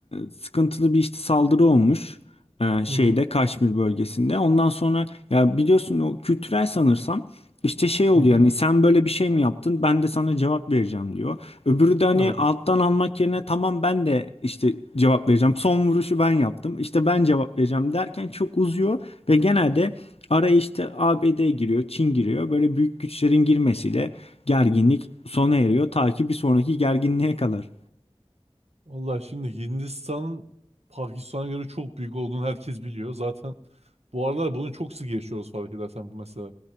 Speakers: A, on the left (about 65°); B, on the right (about 80°).
A: sıkıntılı bir işte saldırı olmuş e, şeyde
B: Hı hı
A: Kaşmir bölgesinde. Ondan sonra ya biliyorsun o kültürel sanırsam. İşte şey oluyor
B: hı hı.
A: hani sen böyle bir şey mi yaptın ben de sana cevap vereceğim diyor. Öbürü de hani
B: Evet.
A: alttan almak yerine tamam ben de işte cevap vereceğim. Son vuruşu ben yaptım işte ben cevap vereceğim derken çok uzuyor ve genelde araya işte ABD giriyor Çin giriyor böyle büyük güçlerin girmesiyle gerginlik sona eriyor ta ki bir sonraki gerginliğe kadar.
B: Valla şimdi Hindistan Pakistan'a göre çok büyük olduğunu herkes biliyor. Zaten bu aralar bunu çok sık yaşıyoruz fark edersen. Bu mesela